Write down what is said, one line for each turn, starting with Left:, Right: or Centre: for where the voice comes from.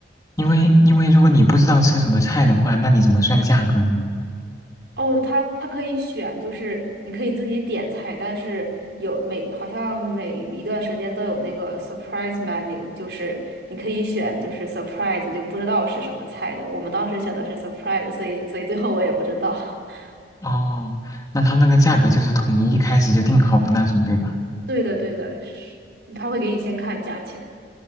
Left: 因为因为如果你不知道吃什么菜的话，那你怎么算价格呢？
Right: 哦，它它可以选，就是你可以自己点菜，但是有每好像每一段时间都有那个 surprise menu，就是你可以选，就是 surprise 就不知道是什么菜的。我们当时选的是 surprise，所以所以最后我也不知道。<laughs>
Left: 哦，那它那个价格就是统一一开始就定好的那种，对吧？
Right: 对的，对的，是，他会给你先看价钱。